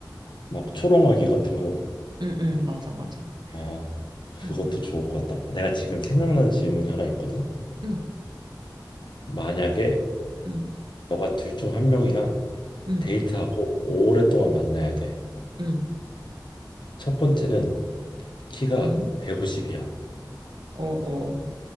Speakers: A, on the left; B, on the right.
A: 막 초롱아기 같은 거.
B: 응, 응, 맞아, 맞아.
A: 어, 그것도
B: 응,
A: 좋을 것 같다. 내가 지금 생각난 질문이 하나 있거든.
B: 응,
A: 만약에
B: 응,
A: 너가 둘 중 한 명이랑
B: 응,
A: 데이트하고 오랫동안 만나야 돼.
B: 응,
A: 첫 번째는 키가
B: 응.
A: 150이야.
B: 어, 어.